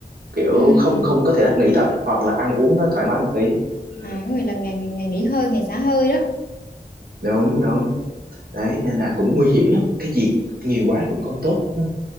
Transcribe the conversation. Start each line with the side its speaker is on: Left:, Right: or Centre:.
Right: kiểu
Left: ừ,
Right: không không có thể là nghỉ tập hoặc là ăn uống nó thoải mái một tí ừ,
Left: à có nghĩa là ngày ngày ngày nghỉ hơi ngày xả hơi đó
Right: đúng đúng đấy nên là cũng nguy hiểm lắm cái gì nhiều quá cũng không tốt đúng không?